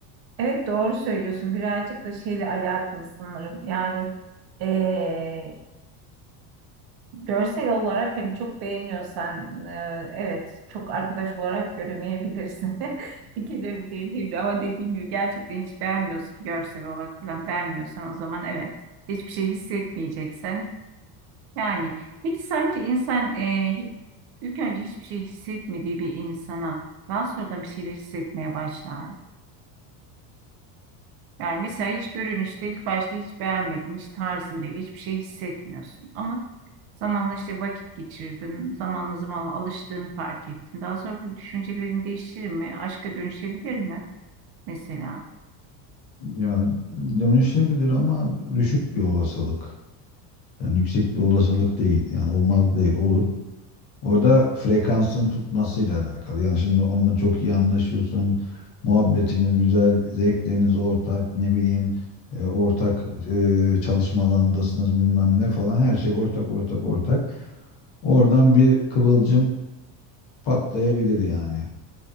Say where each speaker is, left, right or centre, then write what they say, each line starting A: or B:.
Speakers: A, on the right; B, on the left.
A: Evet doğru söylüyorsun. Birazcık da şeyle alakalı sanırım. Yani eee, görsel olarak hani çok beğeniyorsan eee, evet çok arkadaş olarak göremeyebilirsin. <laughs> Fikirleri değişebilir ama dediğim gibi gerçekten hiç beğenmiyorsun görsel olarak falan beğenmiyorsan o zaman evet hiçbir şey hissetmeyeceksen. Yani peki sence insan eee, hi- ilk önce hiçbir şey hissetmediği bir insana daha sonradan bir şeyler hissetmeye başlar Yani mesela hiç görünüşte ilk başta hiç beğenmedin, hiç tarzın değil, hiçbir şey hissetmiyorsun. Ama zamanla işte vakit geçirdin, zamanla zamanla alıştığını fark ettin. Daha sonra bu düşüncelerin değişir mi? Aşka dönüşebilir mi mesela?
B: Ya dönüşebilir ama düşük bir olasılık. Yani yüksek bir olasılık değil. Yani olmaz değil olur. Orada frekansın tutmasıyla alakalı. Yani şimdi onunla çok iyi anlaşıyorsun. Muhabbetiniz güzel, zevkleriniz ortak, ne bileyim e, ortak e, çalışma alanındasınız bilmem ne falan. Her şey ortak ortak ortak. Oradan bir kıvılcım patlayabilir yani.